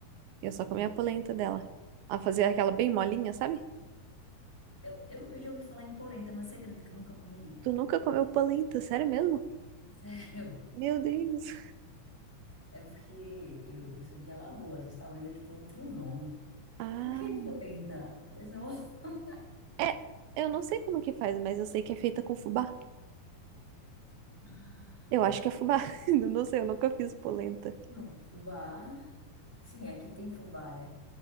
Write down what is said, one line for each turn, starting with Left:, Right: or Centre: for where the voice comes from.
Right: e eu só comia
Centre: Hum.
Right: a polenta dela. Ela fazia aquela bem molinha, sabe?
Centre: Eu, eu, eu já ouvi falar em polenta, mas você acredita que eu nunca comi?
Right: Tu nunca comeu polenta, sério mesmo?
Centre: <laughs> Sério?
Right: Meu Deus.
Centre: É porque eu, eu sou de Alagoas, talvez aqui tenha outro nome.
Right: Ah.
Centre: O que é polenta? Eu sou-
Right: É, eu não sei como que faz, mas eu sei que é feita com fubá.
Centre: <laughs> Ah,
Right: Eu acho que é fubá. <laughs> Eu Não sei, eu nunca fiz polenta.
Centre: não, fubá. Sim, aqui tem fubá, né?